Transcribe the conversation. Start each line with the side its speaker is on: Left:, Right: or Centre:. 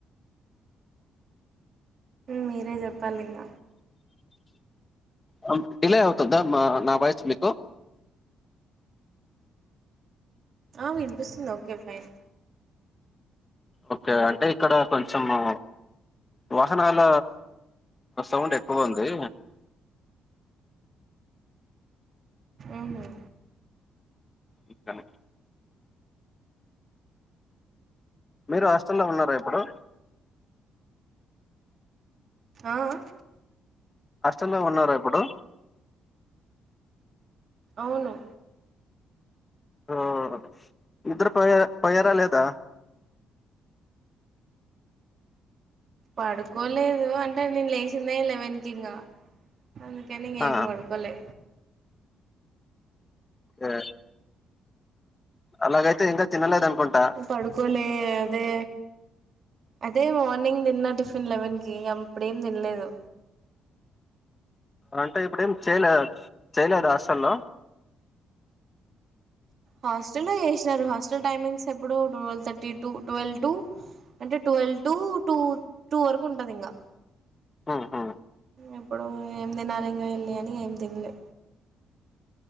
Right: మీరే చెప్పాలి ఇంగ
Left: అ డిలే అవుతుందా మా నా వాయిస్ మీకు
Right: ఆ వినిపిస్తుంది ఓకే ఫైన్
Left: ఓకే అంటే ఇక్కడ కొంచెము వాహనాల సౌండ్ ఎక్కువ ఉంది
Right: ఉమ్ హ్
Left: దుకనే మీరు హాస్టల్లో ఉన్నారా ఇప్పుడు
Right: ఆ అహ్
Left: హాస్టల్లో ఉన్నార ఇప్పుడు
Right: అవును
Left: ఆ హ్ ఇద్దరు పోయర పోయారా లేదా
Right: పడుకోలేదు అంటే నేను లేసిందే లెవెన్ కింగా అందుకే ఇంగేం
Left: ఆ
Right: పడుకోలే
Left: ఏ అలాగైతే ఇంకా తినలేదనుకుంటా
Right: మ్ పడుకోలే అదే అదే మార్నింగ్ తిన్న టిఫిన్ లెవెన్ కి ఇగ ఇప్పుడేం తినలేదు
Left: అంటే ఇప్పుడేం చేయలే చేయలేదా హాస్టల్లో
Right: హాస్టల్లో చేసినారు హాస్టల్ టైమింగ్స్ ఎప్పుడూ twelve thirty to twelve to అంటే ట్వెల్వ్ టు టూ టూ వరకు ఉంటది ఇంగా
Left: ఆహా
Right: ఇప్పుడు ఏం తినాలి ఇంగ ఎళ్ళి అని ఏం తినలే